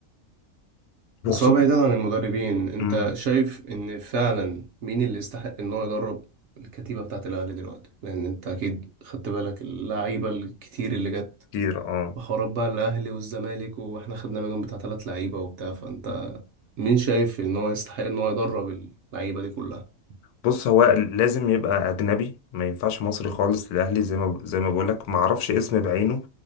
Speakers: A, on the left; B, on the right.
A: وخصوصا
B: بس هو بعيدا عن المدربين انت
A: مم،
B: شايف ان فعلا مين اللي يستحق ان هو يدرب الكتيبه بتاعه الاهلي دلوقتي لان انت اكيد خدت بالك اللعيبه الكتير اللي جت
A: كتير اه
B: بحوارات بقى الاهلي والزمالك واحنا خدنا منهم بتاع ثلاث لعيبه وبتاع فانت مين شايف ان هو يستحق ان هو يدرب اللعيبه دي كلها
A: بص هو لازم يبقى اجنبي ما ينفعش مصري خالص للاهلي زي ما زي ما بقول لك ما اعرفش اسم بعينه